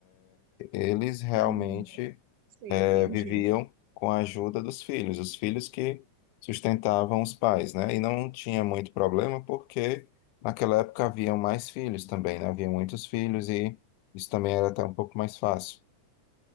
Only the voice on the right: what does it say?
Sim, Sim,
entendi.